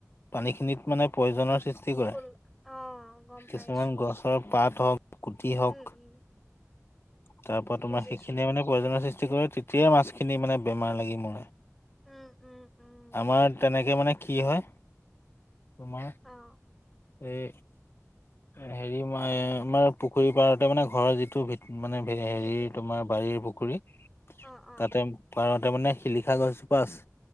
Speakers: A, on the left (about 45°); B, in the centre.
A: পানীখিনিত মানে পৈজনৰ সৃষ্টি কৰে।
B: ভুল অ' গম
A: কিছুমান
B: পাইছো
A: গছৰ পাত হওঁক। গুটি হওঁক
B: উম উম
A: তাৰ পৰা তোমাৰ
B: বুজিছো
A: সেইখিনিয়ে মানে পৈজন সৃষ্টি কৰে। তেতিয়াই মাছখিনি মানে বেমাৰ লাগি মৰে।
B: উম উম উম
A: আমাৰ তেনেকে মানে কি হয়? তোমাৰ।
B: অ'
A: এই হেৰি মই আমাৰ পুখুৰী পাৰতে মানে ঘৰৰ যিটো ভেটি মানে হেৰিৰ
B: উম উম
A: তোমাৰ বাৰীৰ পুখুৰী তাতে
B: অ' অ'
A: পাৰত। তাৰমানে শিলিখা গছজোপা আছে।